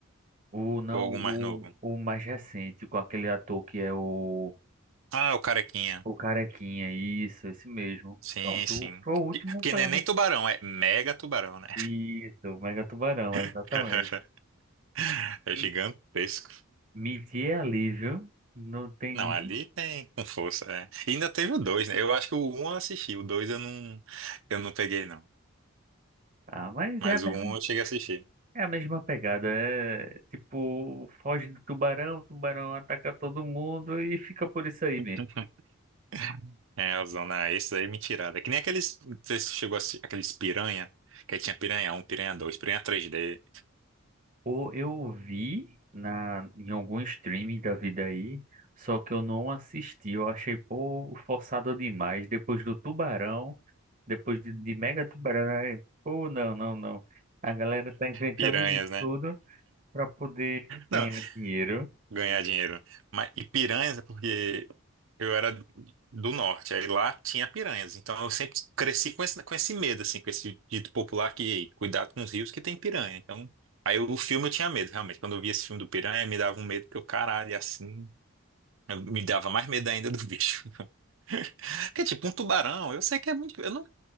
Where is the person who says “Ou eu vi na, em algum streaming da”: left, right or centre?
Right